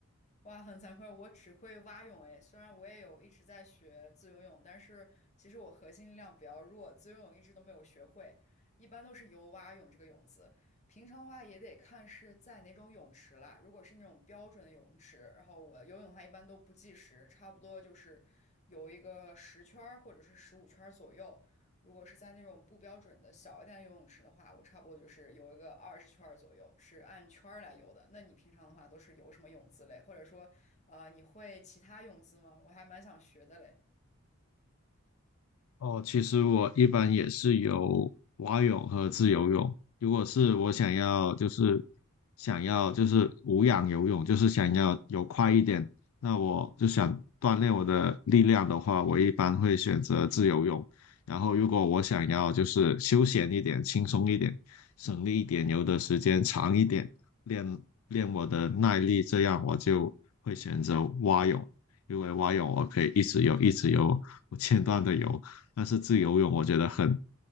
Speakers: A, on the left (about 30°); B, on the left (about 75°).
A: 哇，很惭愧，我只会蛙泳诶。虽然我也有一直在学自由泳，但是其实我核心力量比较弱，自由泳一直都没有学会，一般都是游蛙泳这个泳姿。平常的话也得看是在哪种泳池啦。如果是那种标准的泳池，然后我游泳的话一般都不计时，差不多就是游一个十圈儿或者是十五圈儿左右。如果是在那种不标准的小一点的游泳池的话，我差不多就是游一个二十圈儿左右，是按圈儿来游的。那你平常的话都是游什么泳姿嘞？或者说，啊、你会其他泳姿吗？我还蛮想学的嘞。
B: 哦，其实我一般也是游蛙泳和自由泳。如果是我想要，就是想要就是无氧游泳，就是想要游快一点，那我就想锻炼我的力量的话，我一般会选择自由泳。然后如果我想要就是休闲一点、轻松一点、省力一点、游的时间长一点，练练我的耐力，这样我就会选择蛙泳，因为蛙泳我可以一直游、一直游，<laughs> 不间断的游。但是自由泳我觉得很